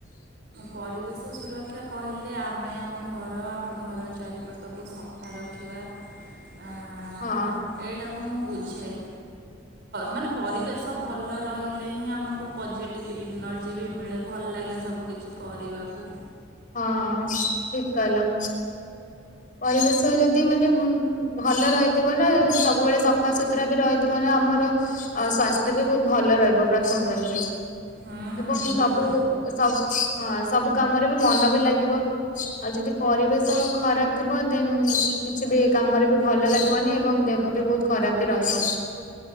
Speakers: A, on the right; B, on the left.
A: ପରିବେଶ ସୁରକ୍ଷା କହିଲେ ଆମେ ଆମ ଘର ଆମ ଘର ଚାରି ପଟ ପଟକୁ ସଫା ରଖିବା ଆଁ,
B: ହଁ।
A: ଏଇଟାକୁ ମୁଁ ବୁଝେ ମାନେ ପରିବେଶ ଭଲ ରହିଲେ ହିଁ ଆମକୁ ପଜେଟିଭ ଇ ଏନର୍ଜି ବି ମିଳେ ଭଲ ଲାଗେ ସବୁ କିଛି କିଛି କରିବାକୁ।
B: ହଁ ଠିକ କହିଲ। ପରିବେଶ ଯଦି ମାନେ ଭଲ ରହିଥିବ ନା ସବୁବେଳେ ସଫା ସୁୁତୁରା ବି ରହିଥିବ ନା ଆମର ସ୍ୱାସ୍ଥ୍ୟ ବି ଭଲ ରହିବ ପ୍ରଥମ କରିକି
A: ହୁଁ
B: ଏବଂ ସବୁ
A: ଦେହ
B: ହଁ ସବୁ କାମରେ ବି ମନ ବି ଲାଗିବ ଆଉ ଯଦି ପରିବେଶ ଖରାପ ଥିବ ଦେନ୍ କିଛି ବି କାମରେ ବି ଭଲ ଲାଗିବନି ଏବଂ ଦେହ ବି ବହୁତ ଖରାପ ବି ରହିବ।